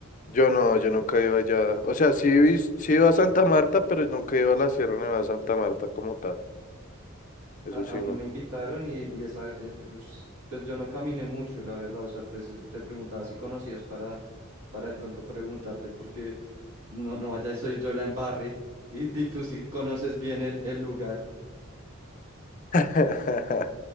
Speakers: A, on the left; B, on the right.
A: Yo no, yo nunca he ido allá. O sea, sí, he vis- sí he ido a Santa Marta, pero nunca he ido a la Sierra Nevada de Santa Marta como tal. Eso
B: A,
A: sí,
B: a mí
A: no.
B: me invitaron y, y esa, eh, ush, pues yo no caminé mucho, la verdad, o sea, pues eh, te preguntaba si conocías para, para de pronto preguntarte, porque no, no vaya, y soy yo la embarre y, y tú sí conoces bien el, el lugar.
A: <laughs>